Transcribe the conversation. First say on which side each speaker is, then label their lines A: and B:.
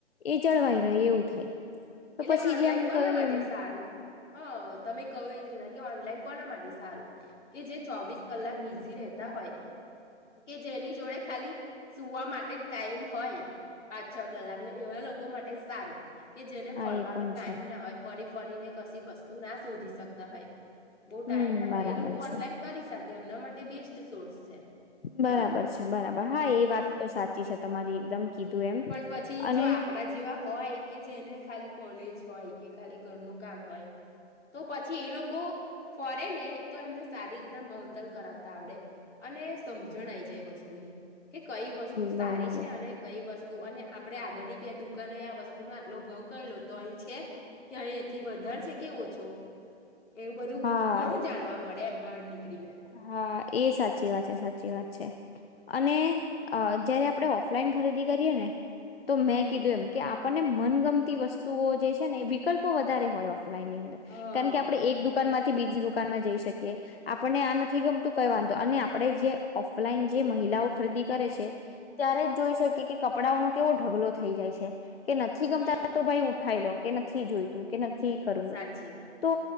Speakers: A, on the left (about 55°); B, on the left (about 85°).
A: એ જળવાઈ રહે એવું થાય. તો
B: એટલે
A: પછી
B: ઓનલાઈન
A: જેમ
B: કોના
A: કહ્યું
B: માટે
A: એમ
B: સારું. હ, તમે કહું એ જ <unintelligible> કે ઓનલાઈન કોના માટે સારું. કે જે ચોવીસ કલાક બિઝી રેહતા હોય, કે જેની જોડે ખાલી સુવા માટે ટાઈમ હોય, પાંચ છ કલાક ને એવા લોકો માટે સારું કે
A: હા
B: ફરવાનો
A: એ પણ
B: ટાઈમ
A: છે
B: ના હોય ફરી ફરીને કશી વસ્તુ ના શોધી શકતા હોય બહુ
A: હમ
B: ટાઈમ ના
A: બરાબર
B: હોય એ લોકો
A: છે
B: ઓનલાઈન કરી શક એમના માટે બેસ્ટ સોર્સ છે
A: બરાબર
B: એમ
A: છે. બરાબર હા, એ વાત તો સાચી છે તમારી. એકદમ કીધું એમ
B: પન પછી
A: અને
B: જો આપડા જેવા હોય કે જેને ખાલી કોલેજ હોય કે ખાલી ઘરનું કામ હોય તો પછી એ લોકો ફરે ને તો એમને સારી રીતના ભવતાલ કરાવતા આવડે. અને સમજણ આયી જાય વસ્તુની કે કઈ વસ્તુ
A: બરાબર
B: સારી છે, અને કઈ વસ્ત અને આપડે આગળની બે દુકાનોએ આ વસ્તુનો આટલો ભવ કરી લો તોય છે કે અહી એથી વધાર છે કે ઓછો. એવું બધું
A: હા
B: ઘણું જાણવા મળે એમ. બારની ક્રિયા
A: હા એ સાચી વાત છે, સાચી વાત છે. અને અ જયારે આપડે ઓફલાઈન ખરીદી કરીએ ને તો મેં
B: હમ
A: કીધું એમ કે આપ પણને મનગમતી વસ્તુઓ જે છે ને એ વિકલ્પો વધારે હોય ઓફ ફલાઈનની અંદર
B: હા
A: કારણ કે આપડે એક દુકાનમાં થી બીજી દુકાનમાં જઈ શકીએ. આપ પણને આ નથી ગમતું કઈ વાંધો અને આપડે જે ઓફલાઈન જે મહિલાઓ ખરીદી કરે છે, ત્યારે જ જોઈ શકીએ કે કપડાઓનો કેવો ઢગલો થઈ જાય છે. કે નથી ગમતા
B: હમ
A: તો ભાઈ હું ખાઈ લો કે નથી જોઈતું કે નથ થી કરવું
B: સાચી વાત
A: તો